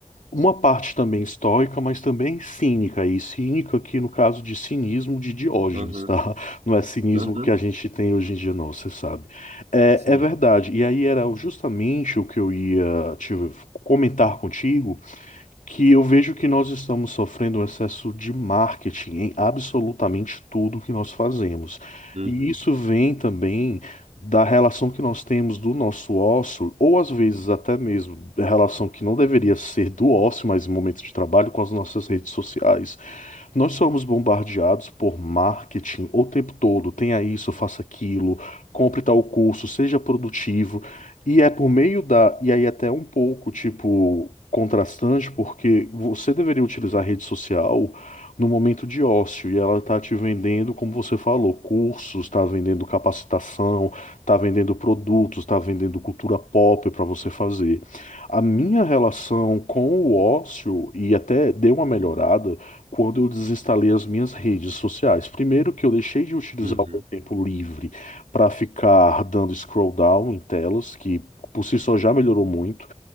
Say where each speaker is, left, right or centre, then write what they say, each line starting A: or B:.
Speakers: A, on the left; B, on the right.
A: uma parte também estoica, mas também cínica, e cínica aqui no caso de cinismo de Diógenes,
B: Aham,
A: tá? <laughs> Não é cinismo
B: aham,
A: que a gente tem hoje em dia, não, você sabe. É,
B: sim.
A: é verdade, e aí era justamente o que eu ia te comentar contigo, que eu vejo que nós estamos sofrendo um excesso de marketing em absolutamente tudo que nós fazemos.
B: Uhum,
A: E isso vem também da relação que nós temos do nosso ócio, ou às vezes até mesmo da relação que não deveria ser do ócio, mas em momentos de trabalho, com as nossas redes sociais. Nós somos bombardeados por marketing o tempo todo. Tenha isso, faça aquilo, compre tal curso, seja produtivo. E é por meio da. E aí, até um pouco, tipo, contrastante, porque você deveria utilizar a rede social no momento de ócio e ela está te vendendo, como você falou, cursos, está vendendo capacitação, está vendendo produtos, está vendendo cultura pop para você fazer. A minha relação com o ócio, e até deu uma melhorada quando eu desinstalei as minhas redes sociais. Primeiro que eu deixei de utilizar
B: uhum,
A: o meu tempo livre para ficar dando scroll down em telas, que por si só já melhorou muito.